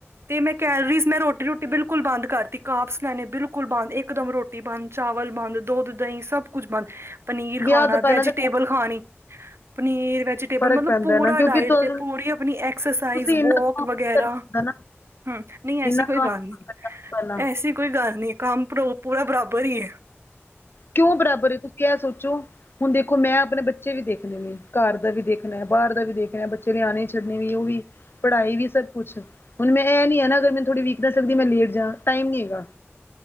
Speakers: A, on the right; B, on the left.
A: ਤੇ ਮੈਂ ਕੈਲਰੀਜ਼, ਮੈਂ ਰੋਟੀ-ਰੋਟੀ ਬਿਲਕੁਲ ਬੰਦ ਕਰਤੀ, ਕਾਪਸ ਲੈਣੇ ਬਿਲਕੁਲ ਬੰਦ, ਇਕ ਦਮ ਰੋਟੀ ਰੋਟੀ ਬੰਦ, ਚਾਵਲ ਬੰਦ, ਦੁੱਧ ਦਹੀਂ ਸਭ ਕੁਛ ਬੰਦ ਪਨੀਰ
B: ਵਿਆਹ
A: ਖਾਣਾ,
B: ਤੋਂ ਪਹਿਲਾਂ
A: ਵੈਜੀਟੇਬਲ
B: ਤਾਂ
A: ਖਾਣੀ, ਪਨੀਰ ਵੈਜੀ ਟੇਬਲ
B: ਫ਼ਰਕ
A: ਮਤਲਬ
B: ਪੈਂਦਾ
A: ਪੂਰਾ
B: ਨਾ ਕਿਉਂਕਿ
A: ਡਾਇਟ
B: ਤੁਹਾਨੂੰ
A: ਤੇ, ਪੂਰੀ ਆਪਣੀ ਐਕਸਰਸਾਈਜ਼
B: ਤੁਸੀਂ ਇੰਨਾ
A: ਵੋਕ
B: ਕੰਮ
A: ਵਗੈਰਾ,
B: ਨੀ ਕਰਨਾ ਹੁੰਦਾ ਨਾ
A: ਹੂੰ ਨਹੀਂ ਐਸੀ
B: ਇੰਨਾ
A: ਕੋਈ
B: ਕੰਮ
A: ਗੱਲ ਨਹੀਂ।
B: ਪਹਿਲਾਂ
A: ਐਸੀ ਕੋਈ ਗੱਲ ਨਹੀਂ, ਕੰਮ ਪੂਰਾ ਬਰਾਬਰ ਈ ਐ।
B: ਕਿਉਂ ਬਰਾਬਰ ਏ ਤੁਸੀਂ ਐ ਸੋਚੋ ਹੁਣ ਦੇਖੋ ਮੈਂ ਆਪਣੇ ਬੱਚੇ ਵੀ ਦੇਖਨੇ ਨੇ ਕਾਰ ਦਾ ਵੀ ਦੇਖਣਾ ਬਾਹਰ ਦਾ ਵੀ ਦੇਖਣਾ ਬ ਤੇ ਨਿਆਣੇ ਛੱਡਣੇ ਵੀ ਓ ਵੀ ਪੜ੍ਹਾਈ ਵੀ ਸਭ ਕੁਛ ਹੁਣ ਮੈਂ ਐ ਨੀ ਐ ਨਾ ਅਗਰ ਮੈਨੂੰ ਥੋੜੀ ਵੀਕ ਨੈਸ ਆਂਦੀ ਏ, ਮੈਂ ਲੇਟ ਜਾ ਟਾਈਮ ਨੀ ਐਗਾ।